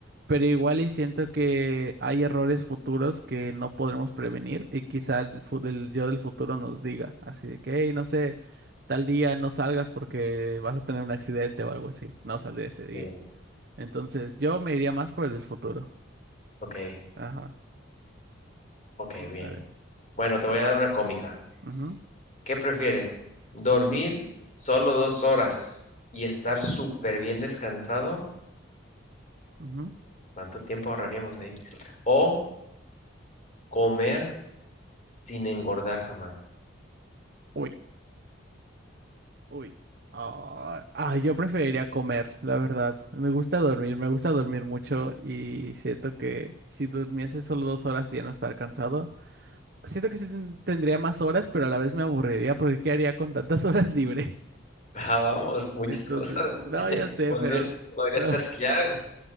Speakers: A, on the right; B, on the left.
A: pero igual y siento que hay errores futuros que no podremos prevenir y quizá el, fu- el yo del futuro nos diga, así de que, hey, no sé, tal día no salgas porque vas a tener un accidente o algo así, no salir ese día.
B: sí.
A: Entonces yo me iría más por el del futuro.
B: Ok,
A: Ajá,
B: ok,
A: mm,
B: bien.
A: a ver.
B: Bueno, te voy a dar una cómica.
A: Ujú,
B: ¿Qué prefieres? ¿Dormir solo dos horas y estar súper bien descansado?
A: ujú.
B: ¿Cuánto tiempo ahorraríamos ahí? ¿O comer? sin engordar jamás.
A: Uy. Uy. Ah, ah, yo preferiría comer, la verdad. Me gusta dormir, me gusta dormir mucho y siento que si durmiese solo dos horas y ya no estar cansado, siento que sí ten- tendría más horas, pero a la vez me aburriría porque ¿qué haría con tantas horas libre?
B: <laughs> Ah, vamos,
A: <laughs>
B: muchas
A: Entonces,
B: cosas.
A: no,
B: <laughs>
A: ya sé,
B: Podría,
A: pero
B: podría
A: <laughs>
B: tasquear.